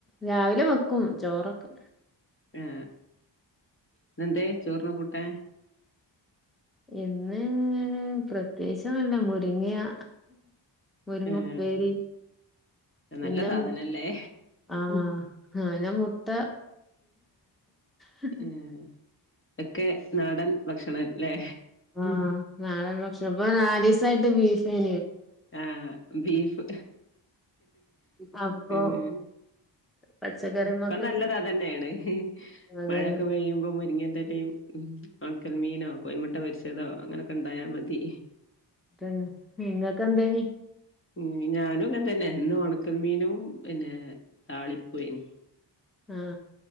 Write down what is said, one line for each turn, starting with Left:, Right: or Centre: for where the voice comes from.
Centre: രാവിലെ വെക്കും ചോറൊക്കെ
Left: ആ ന്നെന്തേ ചോറിന് കൂട്ടാൻ
Centre: ഇന്ന് പ്രത്യേകിച്ചൊന്നില്ല മുരിങ്ങ്യാ മുരിങ്ങപ്പേരി
Left: ഏഹ്
Centre: പിന്നെ
Left: നല്ല സാധനല്ലേ
Centre: ആ പിന്നെ മു ആ ആ മുട്ട <unintelligible>
Left: ഏഹ്
Centre: <unintelligible>
Left: ഒക്കെ നാടൻ ഭക്ഷണല്ലേ
Centre: ആഹ് നാടൻ ഭക്ഷണം ഇപ്പൊ നാലീസായിട്ട് ബീഫ് <unintelligible>
Left: ആഹ് ബീഫ്
Centre: <unintelligible> അപ്പൊ
Left: ഉം
Centre: പച്ചക്കറിമൊത്തോം
Left: ഇപ്പം നല്ലത് അതന്നേണ്
Centre: അതന്നെ
Left: മഴൊക്കെ പെയ്യുമ്പോ മുരിങ്ങന്റെലയും ഉം ഒണക്കൽമീനോ കോയിമുട്ട പൊരിച്ചതോ അങ്ങനക്ക ഉണ്ടായാൽ മതി
Centre: അതന്നെ നിങ്ങക്കെ എന്തേനി
Left: ഉം ഞാനും അങ്ങനതന്നെ എന്നും ഒണക്കൽ മീനും പിന്നെ താളി പോയിനി
Centre: ആ